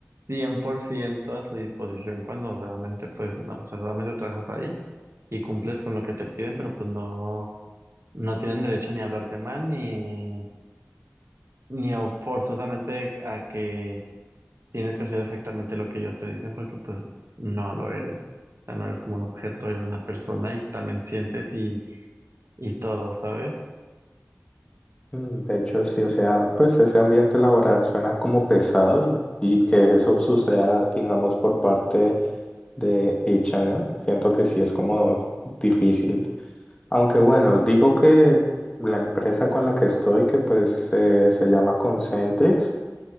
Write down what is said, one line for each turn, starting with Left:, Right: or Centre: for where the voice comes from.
Right: 100% a su disposición cuando realmente pues no, o sea, solamente trabajas ahí y cumples con lo que te piden, pero pues no, no tienen derecho ni a hablarte mal ni, ni a forzosamente a que tienes que hacer exactamente lo que ellos te dicen porque pues no lo eres. O sea, no eres como un objeto, eres una persona y también sientes y, y todo, ¿sabes?
Left: Mm, De hecho, sí, o sea, pues ese ambiente laboral suena como pesado y, y que eso suceda, digamos, por parte de H&M, siento que sí es como difícil. Aunque bueno, digo que la empresa con la que estoy, que pues eh, se llama Concentrix,